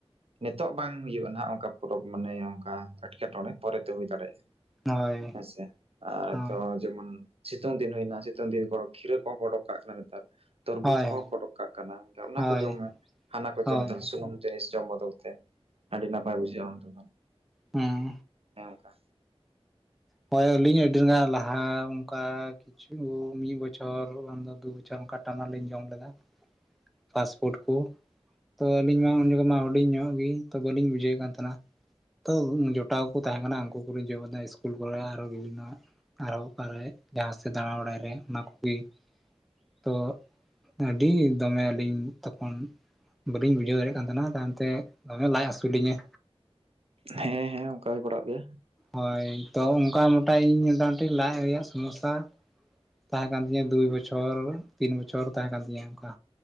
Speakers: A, on the right (about 70°); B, in the centre.
A: ᱱᱤᱛᱚᱜ ᱵᱟᱝ ᱦᱩᱭᱩᱜᱼᱟ ᱚᱱᱠᱟ ᱯᱚᱨᱚᱵ ᱨᱮ ᱢᱟᱱᱮ ᱚᱱᱠᱟ ᱮᱴᱠᱮᱴᱚᱬᱮ ᱯᱚᱨᱮ ᱛᱮ ᱦᱩᱭ ᱫᱟᱲᱮᱭᱜᱼᱟ᱾
B: ᱦᱳᱭ
A: ᱟᱪᱪᱷᱟ ᱟᱨ
B: ᱦᱳᱭ
A: ᱛᱚ ᱡᱮᱢᱚᱱ ᱥᱤᱛᱩᱝ ᱫᱤᱱ ᱦᱩᱭᱱᱟ ᱥᱤᱛᱩᱝ ᱫᱤᱱ ᱠᱚᱦᱚᱸ ᱠᱷᱤᱨᱟᱹ ᱠᱚᱦᱚᱸ ᱠᱚ ᱚᱰᱳᱠ ᱠᱟᱜ ᱠᱟᱱᱟ ᱱᱮᱛᱟᱨ᱾ ᱛᱚᱨᱵᱩᱡ
B: ᱦᱳᱭ
A: ᱠᱚᱦᱚᱸ ᱠᱚ ᱚᱰᱳᱠ ᱠᱟᱜ ᱠᱟᱱᱟ ᱚᱱᱟ
B: ᱦᱳᱭ
A: ᱠᱚ ᱡᱚᱢ ᱢᱮ, ᱦᱟᱱᱟ ᱠᱚ
B: ᱦᱳᱭ
A: ᱡᱚᱢ ᱛᱟᱞᱮ ᱥᱩᱱᱩᱢ ᱡᱤᱱᱤᱥ ᱡᱚᱢ ᱵᱚᱫᱚᱞ ᱛᱮ ᱟᱹᱰᱤ ᱱᱟᱯᱟᱭ ᱵᱩᱡᱷᱟᱹᱜᱼᱟ ᱚᱱᱟ ᱫᱚ᱾
B: ᱦᱮᱸᱻ᱾
A: ᱦᱮ ᱚᱱᱠᱟ
B: ᱦᱳᱭ ᱟᱹᱞᱤᱧ ᱟᱹᱰᱤ ᱜᱟᱱ ᱞᱟᱦᱟ ᱚᱱᱠᱟ ᱠᱤᱪᱷᱩ ᱢᱤᱫ ᱵᱚᱪᱷᱚᱨ ᱵᱟᱝ ᱫᱚ ᱫᱩ ᱵᱚᱪᱷᱚᱨ ᱚᱱᱠᱟ ᱴᱟᱱᱟᱞᱤᱧ ᱡᱚᱢ ᱞᱮᱫᱟ᱾ ᱯᱷᱟᱥᱴ ᱯᱷᱩᱰ ᱠᱚ ᱛᱚ ᱟᱹᱞᱤᱧ ᱢᱟ ᱩᱱᱡᱟᱠᱷᱟ ᱢᱟ ᱦᱩᱰᱤᱧ ᱧᱚᱜ ᱜᱮ᱾ ᱛᱚ ᱵᱟᱹᱞᱤᱧ ᱵᱩᱡᱷᱟᱹᱣᱮᱫ ᱠᱟᱱ ᱛᱟᱦᱮᱸᱱᱟ ᱛᱚ ᱡᱚᱴᱟᱣ ᱠᱚ ᱛᱟᱦᱮᱸ ᱠᱟᱱᱟ ᱩᱱᱠᱩ ᱠᱚᱞᱤᱧ ᱡᱚᱢ ᱦᱩᱭ ᱵᱟᱲᱟ ᱟᱨᱦᱚ ᱵᱤᱵᱷᱤᱱᱱᱚ ᱟᱨᱚ ᱚᱠᱟᱨᱮ ᱡᱟᱦᱟᱸ ᱥᱮᱫ ᱫᱟᱬᱟ ᱵᱟᱲᱟᱭ ᱨᱮ ᱚᱱᱟ ᱠᱚᱜᱮ ᱛᱚ ᱟᱹᱰᱤ ᱫᱚᱢᱮ ᱟᱹᱞᱤᱧ ᱛᱚᱠᱷᱚᱱ ᱵᱟᱹᱞᱤᱧ ᱵᱩᱡᱷᱟᱹᱣ ᱫᱟᱲᱮᱭᱟᱜ ᱠᱟᱱ ᱛᱟᱦᱮᱸᱱᱟ ᱛᱟᱭᱚᱢᱛᱮ ᱫᱚᱢᱮ ᱞᱟᱡᱽ ᱦᱟᱥᱩ ᱞᱤᱧᱟᱹ᱾
A: ᱦᱮᱸᱻ ᱦᱮᱸᱻ, ᱚᱝᱠᱟ ᱦᱩᱭ ᱵᱟᱲᱟᱜ ᱜᱮᱭᱟ᱾
B: ᱦᱳᱭ ᱛᱚ ᱚᱝᱠᱟ ᱢᱚᱴᱟ ᱤᱧ ᱢᱚᱴᱟ ᱤᱧ ᱞᱟᱡᱽ ᱨᱮᱭᱟᱜ ᱥᱚᱢᱚᱥᱥᱟ ᱛᱟᱦᱮᱸ ᱠᱟᱱ ᱛᱤᱧᱟᱹ ᱫᱩᱭ ᱵᱚᱪᱷᱚᱨ ᱛᱤᱱ ᱵᱚᱪᱷᱚᱨ ᱛᱟᱦᱮᱸ ᱠᱟᱱ ᱛᱤᱧᱟᱹ ᱚᱱᱠᱟ᱾